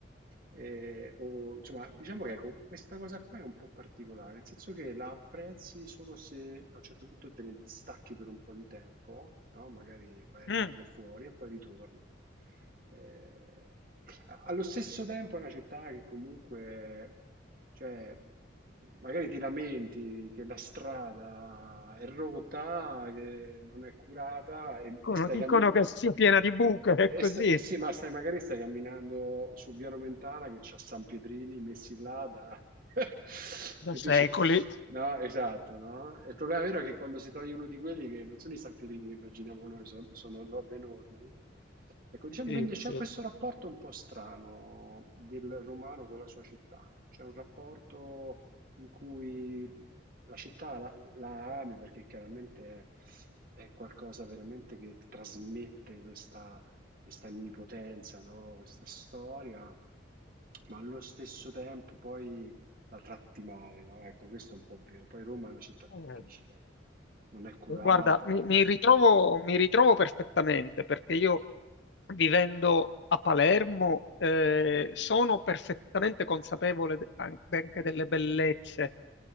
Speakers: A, on the right (about 45°); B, on the left (about 65°).
A: Eh, o, insomma, diciamo che ecco, questa cosa qua è un po' particolare, nel senso che la apprezzi solo se a un certo punto te ne distacchi per un po' di tempo, no? Magari vai a
B: Mm.
A: vivere fuori e poi ritorni. Eh, allo stesso tempo è una città che comunque, cioè, magari ti lamenti che la strada è rotta, che non è curata e,
B: Dicono,
A: e stai
B: dicono
A: camminando.
B: che sia piena di buche, è
A: E
B: così,
A: sta- eh sì, ma stai, magari stai camminando su Via Nomentana che c'ha San Pietrini messi là da <laughs>
B: da
A: Capisci?
B: secoli.
A: No, esatto, no? E Il problema vero è che quando si toglie uno di quelli che non sono i stampedini che immaginiamo noi, so- sono robe enormi. Ecco, diciamo
B: Sì,
A: quindi c'è
B: sì.
A: questo rapporto un po' strano del romano con la sua città. C'è un rapporto in cui la città la, la ami perché chiaramente è, è qualcosa veramente che ti trasmette questa, questa onnipotenza, no? Questa storia, ma allo stesso tempo poi la tratti male, no? Ecco, questo è un po' vero. Poi Roma è una città difficile,
B: Eh,
A: non è curata,
B: Guarda, mi, mi ritrovo, mi ritrovo perfettamente perché io vivendo a Palermo eh, sono perfettamente consapevole de- an- anche delle bellezze